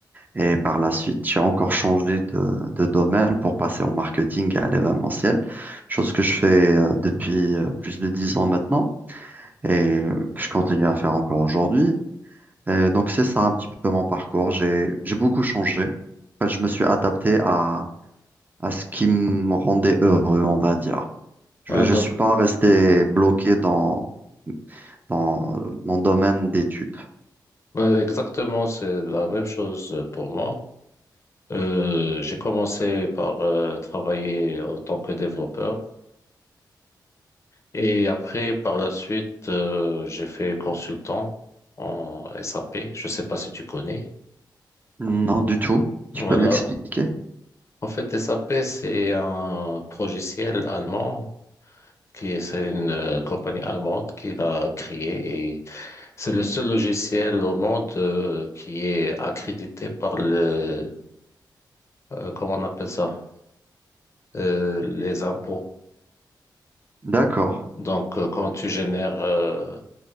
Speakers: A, on the right (about 25°); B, on the left (about 40°).
A: Et par la suite, j'ai encore changé de, de domaine pour passer au marketing et à l'événementiel, chose que je fais euh, depuis euh, plus de dix ans maintenant et euh, que je continue à faire encore aujourd'hui. Et donc, c'est ça un petit peu mon parcours. J'ai, j'ai beaucoup changé. En fait, je me suis adapté à à ce qui me rendait heureux, on va dire. Je
B: Voilà,
A: ne
B: donc,
A: suis pas resté bloqué dans, dans mon domaine d'études.
B: ben, exactement, c'est la même chose pour moi. Euh, j'ai commencé par euh, travailler en tant que développeur et après, par la suite, euh, j'ai fait consultant en SAP. Je sais pas si tu connais.
A: Non, du tout.
B: Voilà.
A: Tu peux m'expliquer?
B: En fait, SAP, c'est un logiciel allemand qui est, c'est une euh, compagnie allemande qui l'a créé et c'est le seul logiciel au monde euh, qui est accrédité par le, euh, comment on appelle ça, Euh, les impôts.
A: D'accord.
B: Donc, euh, quand tu génères euh,